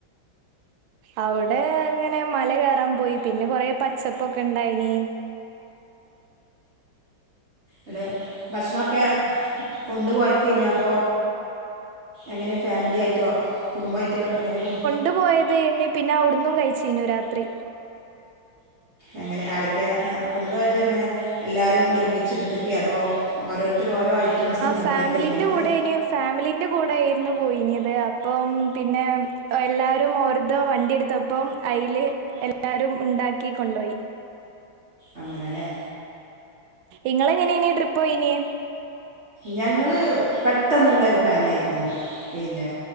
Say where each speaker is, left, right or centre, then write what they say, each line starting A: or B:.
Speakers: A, on the right; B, on the right.
A: അവിടെ ങ്ങനെ മല കയറാൻ പോയി പിന്നെ കൊറെ പച്ചപ്പൊക്കെ ഇണ്ടായിന്
B: ഇടെ ഭക്ഷണൊക്കെ കൊണ്ടുപോയിക്കയ് നോ അതോ എങ്ങനെ ഫാമിലിയ ആയിട്ടോ കുടുംബമായിട്ടോ എങ്ങനെ പോയി
A: കൊണ്ടുപോയ തെയ് നി ഇന്ന് പിന്നെ അവിടന്നും കഴിച്ചീനു രാത്രി
B: എങ്ങനെ ആരൊക്കെ കൊണ്ടപോയത് എങ്ങനെ എല്ലാവരും ഒരുമിച്ചെടുത്തക്കെ അതോ ഓരോരുത്തർോഓരോ ഐറ്റംസ്
A: ആ
B: ഉണ്ടാക്കിയൊക്കെ
A: ഫാമിലിന്റെ
B: എങ്ങനെയൊക്കെ
A: കൂടെയ്നി ഫാമിലിന്റെ കൂടെ ആയിരുന്നു പോയിനത് അപ്പം പിന്നെ എല്ലാവരും ഓരോ വണ്ടിയെടുത്തപ്പം അയ്ല് എല്ലാവാരും ഉണ്ടാക്കി കൊണ്ടോയി
B: അങ്ങനെല്ലേ
A: ങ്ങള് എങ്ങനെ യിനി ട്രിപ്പ് പോയിന്
B: ഞങ്ങള് പെട്ടെന്നുള്ളരു പ്ലാനായിരുന്നു പിന്നെ